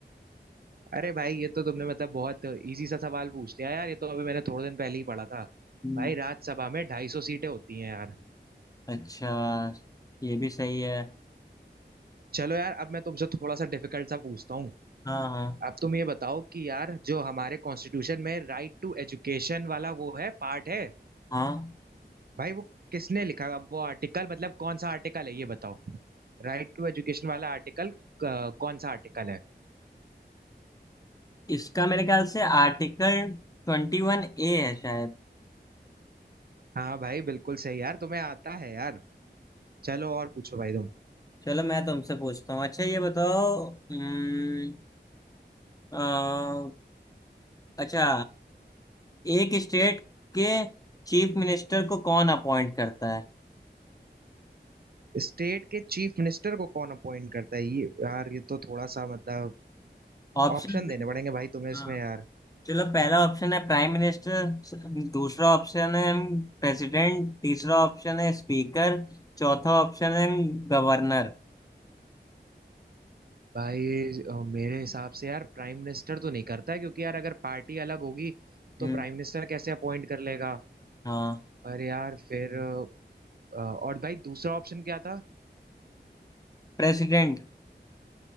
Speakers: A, on the right (about 60°); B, on the left (about 20°).
A: अरे भाई ये तो तुमने मतलब बहुत इजी सा सवाल पूछ लिया यार ये तो अभी मैंने थोड़े दिन पहले ही पढ़ा था
B: हम्म,
A: भाई राज्यसभा में ढाई सौ सीटें होती हैं यार
B: अच्छा ये भी सही है
A: चलो यार अब मैं तुमसे थोड़ा सा डिफिकल्ट सा पूछता हूँ
B: हाँ हाँ
A: अब तुम ये बताओ कि यार जो हमारे कॉन्स्टिट्यूशन में राइट टू एजुकेशन वाला वो है पार्ट है
B: हाँ
A: भाई वो किसने लिखा अब वो आर्टिकल मतलब कौन सा आर्टिकल है ये बताओ राइट टू एजुकेशन वाला आर्टिकल कौन सा आर्टिकल है
B: इसका मेरे ख्याल से आर्टिकल ट्वेंटी वन ए है शायद
A: हाँ भाई बिल्कुल सही यार तुम्हें आता है यार चलो और पूछो भाई तुम
B: चलो मैं तुमसे पूछता हूँ अच्छा ये बताओ अम्म, अ, अच्छा एक स्टेट के चीफ मिनिस्टर को कौन अपॉइंट करता है
A: स्टेट के चीफ मिनिस्टर को कौन अपॉइंट करता है ये यार ये तो थोड़ा सा मतलब
B: ऑप्शन
A: ऑप्शन देने पड़ेंगे भाई तुम्हें इसमें
B: हाँ
A: यार
B: चलो पहला ऑप्शन है प्राइम मिनिस्टर दूसरा ऑप्शन है प्रेसिडेंट तीसरा ऑप्शन है स्पीकर चौथा ऑप्शन है गवर्नर
A: भाई अ, मेरे हिसाब से यार प्राइम मिनिस्टर तो नहीं करता है क्योंकि यार अगर पार्टी अलग होगी तो
B: हम्म
A: प्राइम मिनिस्टर कैसे अपॉइंट कर लेगा
B: हाँ
A: पर यार फिर अ, और भाई दूसरा ऑप्शन क्या था
B: प्रेसिडेंट